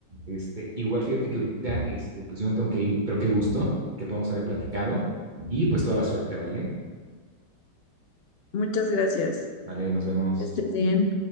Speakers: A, on the right; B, on the left.
A: Este, igual fíjate que ahorita, este, pues yo me tengo que ir, pero qué gusto que podamos haber platicado y pues toda la suerte, ¿vale?
B: Muchas gracias.
A: Vale, nos vemos.
B: Que estés bien.